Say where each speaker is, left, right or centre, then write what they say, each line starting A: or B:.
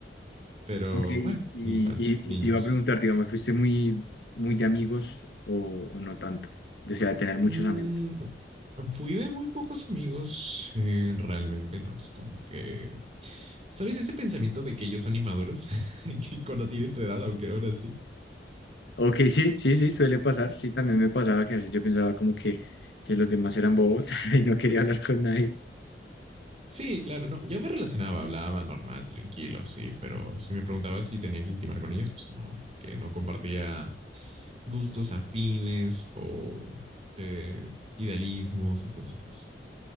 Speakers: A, on the right; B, on the left.
A: Pero
B: ok, y,
A: bueno,
B: y-
A: infancia, niños.
B: y te iba a preguntar, digamos, ¿fuiste muy, muy de amigos o, o no tanto? O sea, de tener muchos
A: Mm,
B: amigos.
A: fui de muy pocos amigos, eh, realmente no es como que, ¿sabes ese pensamiento de que ellos son inmaduros? <laughs> Que Cuando tienen tu edad, aunque ahora sí.
B: Ok, sí, sí, sí, suele pasar, sí, también me pasaba que a veces yo pensaba como que, que los demás eran bobos <laughs> y no quería hablar con nadie.
A: Sí, claro, no, yo me relacionaba, hablaba normal, tranquilo, sí, pero si me preguntaba si tenía que intimar con ellos, pues no, porque no compartía gustos afines o eh, idealismos, entonces pues